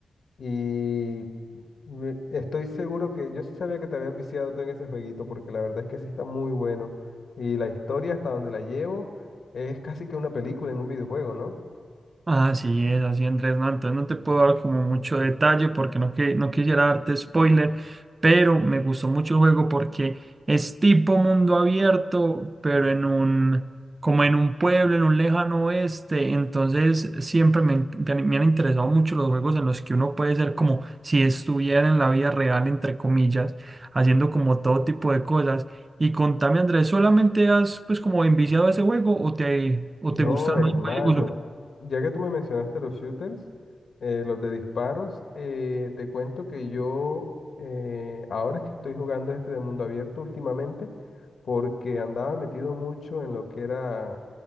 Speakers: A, on the left; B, on the right.
A: Y me- estoy seguro que yo sí sabía que te habías viciado tú en ese jueguito, porque la verdad es que sí está muy bueno. Y la historia hasta donde la llevo es casi que una película en un videojuego, ¿no?
B: Así es, así Andrés, no, entonces no te puedo dar como mucho detalle porque no, que, no quisiera darte spoiler, pero me gustó mucho el juego porque es tipo mundo abierto, pero en un, como en un pueblo, en un lejano oeste, entonces siempre me, in- me han me han interesado mucho los juegos en los que uno puede ser como si estuviera en la vida real, entre comillas, haciendo como todo tipo de cosas. Y contame Andrés, ¿solamente has pues como enviciado a ese juego o te, o
A: No,
B: te gustan
A: hermano.
B: más juegos o
A: Ya que tú me mencionaste los shooters, eh, los de disparos, eh, te cuento que yo eh, ahora es que estoy jugando este de mundo abierto últimamente, porque andaba metido mucho en lo que era